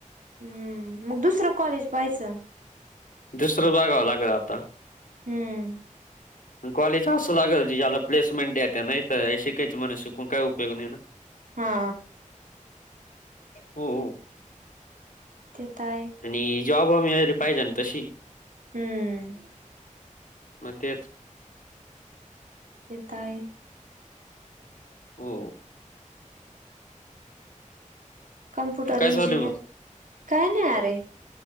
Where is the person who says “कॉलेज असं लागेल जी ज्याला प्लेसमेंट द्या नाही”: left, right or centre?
Left